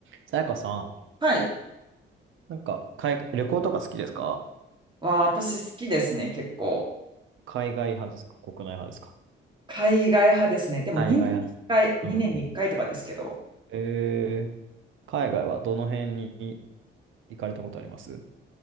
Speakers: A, on the right (about 80°); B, on the right (about 25°).
A: さやかさん、
B: はい。
A: なんか、海外、旅行とか好きですか
B: は、私好きですね、結構。
A: 海外派ですか国内派ですか
B: 海外派ですね。でも2年に1回、
A: 海外派です。
B: 2年に1回とかですけど。
A: うん。えー、海外はどの辺に行かれたことあります